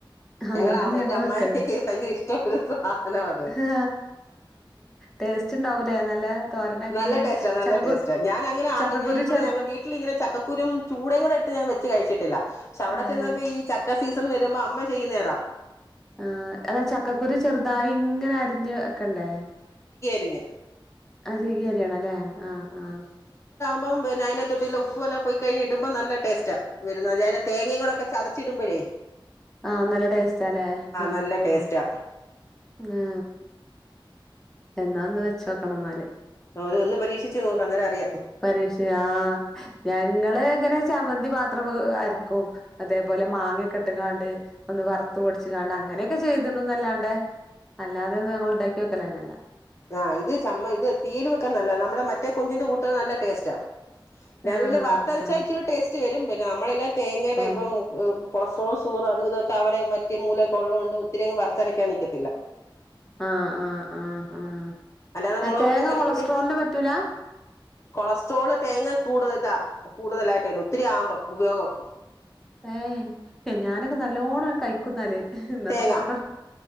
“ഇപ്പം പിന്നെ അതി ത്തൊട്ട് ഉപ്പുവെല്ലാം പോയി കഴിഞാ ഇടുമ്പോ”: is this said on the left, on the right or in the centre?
Left